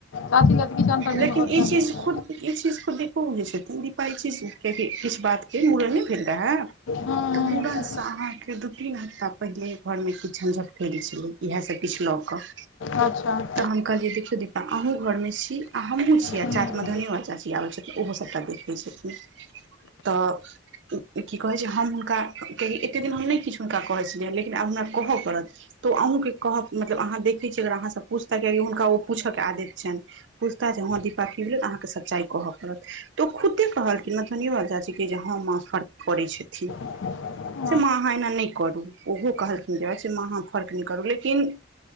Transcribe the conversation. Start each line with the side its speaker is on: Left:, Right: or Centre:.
Left: चाची लए तऽ किछु अन्तर नहि
Right: लेकिन
Left: होबक
Right: इ
Left: चाही
Right: चीज खुद इ चीज खुद दीपो बुझैय छथिन दीपा इ चीज किया कि किछु बात। फेर मुड़न नै भेल रहय,
Left: हँ
Right: तऽ मुड़न से आहां। इ दू तीन हफ्ता पहिले घर मे किछु झंझट भेल छलैय, इएह सब किछु लऽ कऽ।
Left: आच्छा।
Right: तऽ हम कहलियै देखियौ दीपा अहू घरमे छी, आ हमहू छी आ
Left: हँ
Right: चा मधुबनीयोवाली चाची आबै छथिन, ओहो सभटा देखते छेथिन। तऽ की कहैय छै, हम हुनका केली एते दिन हम नै किछ हुनका कहैय छलियै, लेकिन आब हमरा कहय पड़त। त अहुके कहब मतलब आहाँ देखैय छियै अगर अहाँ स पूछता, कियाकि हुनका ओ पूछ के आदैत छैन। पुछता जे ह दीपा की भेलै त अहाँ के सच्चाइ कहऽ पड़त। तऽ खुदे कहलखिन मधुबनीयोबाली चाची के जे ह माँ फर्क करै छेथिन।
Left: <unintelligible>
Right: से माँ अहाँ एना नै करू, ओहो कहलखिन अच्छा माँ आहा फर्क नै करु, लेकिन